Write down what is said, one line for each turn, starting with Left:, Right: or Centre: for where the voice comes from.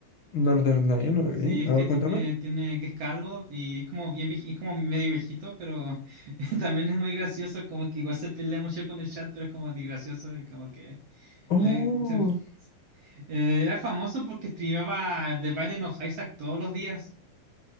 Left: Northern Lion, ok.
Right: Sí, es
Left: A
Right: que
Left: ver,
Right: tiene,
Left: cuéntame.
Right: tiene que es calvo y es como bien, vieji- es como medio viejito, pero <laughs> también es muy gracioso, como que igual se pelea mucho con el chat, pero es como de gracioso y como que
Left: Oh.
Right: le- se- eh, era famoso porque streamaba The Binding of Isaac todos los días.